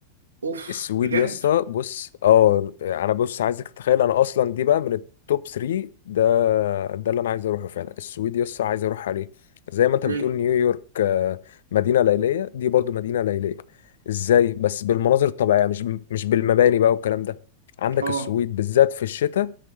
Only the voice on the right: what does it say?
اوف
بجد
ليه
اه